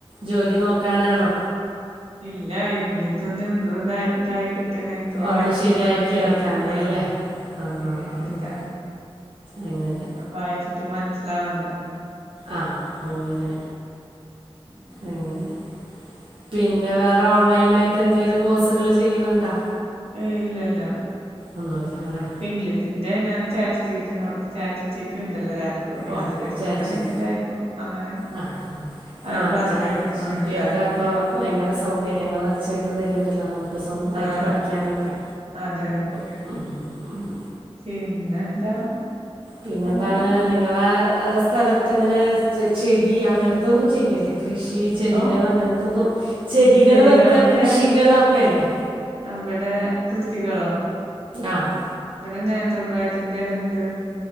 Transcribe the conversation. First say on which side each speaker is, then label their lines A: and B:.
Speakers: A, on the right; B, on the right.
A: ജോലി നോക്കാനാണോ
B: ഇല്ല ഇംഗ്ലീഷ് ഒന്ന് ഇമ്പ്രൂദായി ഇതായി കിട്ടണക്ക് വായിച്ചിട്ട്
A: ഒന്ന് ശരിയാക്കി
B: മനസ്സിലാവാണ്
A: എടുക്കാനേ
B: ആഹ്
A: അല്ലേ
B: ഒന്ന്
A: ആ
B: ശരിയായിട്ട്ടുക്കാൻ
A: ആ ആ ആ. അങ്ങനെ
B: വായിച്ചിട്ട് മൻസ്സിലാവണ്ടെ
A: ആഹ് അങ്ങനെ
B: ആന്നെ
A: അങ്ങനെ പിന്നെ വേറെ ഓൺലൈനായിട്ട് എന്തെങ്കിലും കോഴ്സുകള് ചെയ്യ്ന്ന്ണ്ടാ?
B: ഏയ് ഇല്ല ഇല്ല
A: ഒന്നുമില്ല അല്ലേ
B: ഇപ്പം ഇംഗ്ലീഷിന്റെ ഞാൻ chat cheat no chat GP ണ്ടല്ലോ ഒരാപ്പ്
A: ഓ
B: അത് <unintelligible> ട്ടിങ്ങനെ
A: ചാറ്റ് ജി
B: മെസ്സേജയക്കും അങ്ങനെ.
A: ആഹ്
B: അവര്
A: ആഹ്
B: പറഞ്ഞരും
A: ചാറ്റ് ജി
B: അങ്ങനെ
A: പി
B: കാര്യങ്ങള്
A: ഒക്കെ ഇപ്പോൾ ഭയങ്കര സൗകര്യങ്ങള് ചെയ്ത് തരേണ്ടല്ലോ നമുക്ക് സ്വന്തായിട്ട്
B: ആഹ്
A: പഠിക്കാനൊക്കെ.
B: അതെ അതെ
A: ആഹ്
B: പിന്നെന്താ അങ്ങനെ
A: പിന്നെന്താണ്
B: പോണു
A: നിങ്ങളെ സ്ഥലത്ത്ങ്ങനെ ചെടി അങ്ങനത്തൊന്നും ചെയ്യൂല്ലേ? കൃഷി ചെടികൾ
B: ഓ
A: അങ്ങനത്തെതും ചെടികള്
B: ചെടികളൊക്കെ
A: വെക്ക കൃഷികളൊക്കെല്ലേ
B: അവിടെ കൃഷികളോ?
A: ആഹ്
B: ഇവിടെ നേന്ത്രപ്പഴത്തിന്റെ തുണ്ട്.